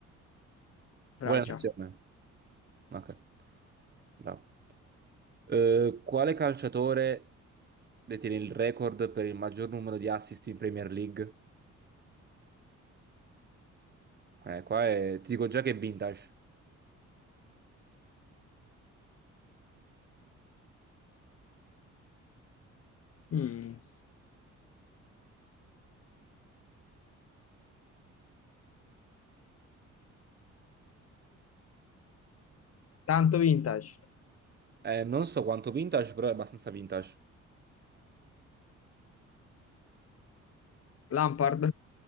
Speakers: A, on the left; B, on the right.
A: Francia.
B: Quale nazione? Ok, bravo. Eh, quale calciatore detiene il record per il maggior numero di assist in Premier League? Eh, qua è... ti dico già che è vintage.
A: Mm, Tanto vintage.
B: Eh, non so quanto vintage, però è abbastanza vintage.
A: Lampard?